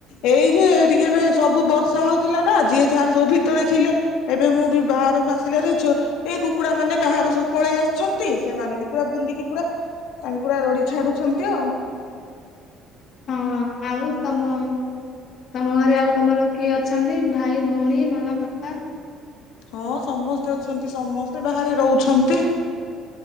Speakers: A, on the left (about 80°); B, on the left (about 45°).
A: ଏଇଠେ ଟିକେ ଏବେ ସବୁ ବର୍ଷା ହଉଥିଲା ନା ଯିଏ ଯାହାର ସବୁ ଭିତରେ ଥିଲେ। ଏବେ ମୁଁ ବି ବିହାରକୁ ଆସିଲାରୁ ଛୁ ଏ କୁକୁଡା ମାନେ କାହାର ସବୁ ପଳେଇ ଆସିଛନ୍ତି ସେମାନେ ବି ପୁରା ବୁଲିକି ପୁରା ତାଙ୍କୁ ପୁରା ରଡି ଛାଡୁଛନ୍ତି ଆଉ।
B: ହଁ ଆଉ ତମ ତମ ଘରେ ଆଉ ତମର କିଏ ଅଛନ୍ତି ଭାଇ ଭଉଣୀ ମା ବାପା।
A: ହଁ ସମସ୍ତେ ଅଛନ୍ତି ସମସ୍ତେ ବାହାରେ ରହୁଛନ୍ତି।